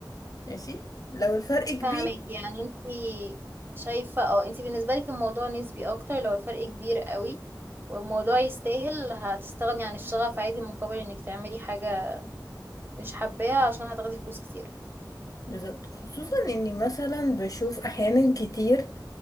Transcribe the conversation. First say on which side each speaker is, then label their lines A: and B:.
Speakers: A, on the left (about 50°); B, on the right (about 30°).
A: ماشي لو الفرق كبير
B: فاهمك يعني انتي شايفة اه انتي بالنسبة لك الموضوع نسبي اكتر لو الفرق كبير قوي والموضوع يستاهل هتستغني عن الشغف عادي مقابل انك تعملي حاجة مش حباها عشان هتاخدي فلوس كتير
A: بالظبط خصوصا اني مثلا بشوف احيانا كتير